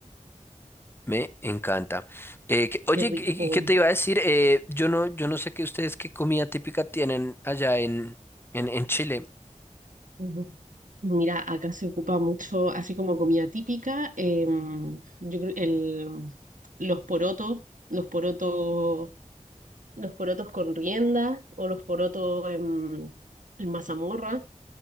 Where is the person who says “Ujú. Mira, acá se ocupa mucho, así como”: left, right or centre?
Right